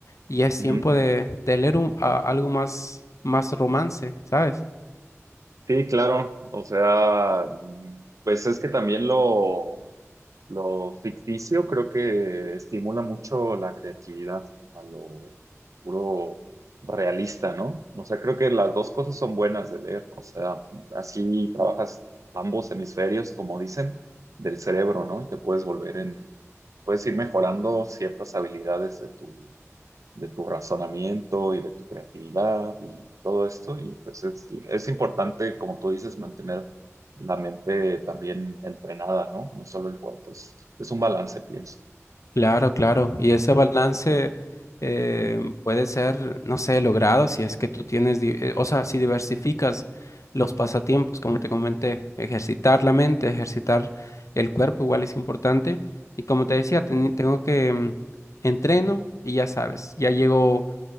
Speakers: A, on the left (about 70°); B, on the right (about 90°).
A: ya es
B: ujú.
A: tiempo de, de leer un- a- algo más, más romance, ¿sabes?
B: Sí, claro. O sea, mm, pues es que también lo Lo ficticio creo que estimula mucho la creatividad a lo puro realista, ¿no? O sea, creo que las dos cosas son buenas de leer. O sea, así trabajas ambos hemisferios, como dicen, del cerebro, ¿no? Y te puedes volver en, puedes ir mejorando ciertas habilidades de tu de tu razonamiento y de tu creatividad y todo esto. Y pues es, es importante, como tú dices, mantener la mente también entrenada, ¿no? No solo el cuerpo, es, es un balance, pienso.
A: Claro, claro. Y ese balance
B: Ujú,
A: eh, puede ser, no sé, logrado si es que tú tienes, di- eh, o sea, si diversificas los pasatiempos, como te comenté, ejercitar la mente, ejercitar el cuerpo igual es importante. Y como te decía,
B: ujú,
A: teni- tengo que mm, entreno y ya sabes, ya llego,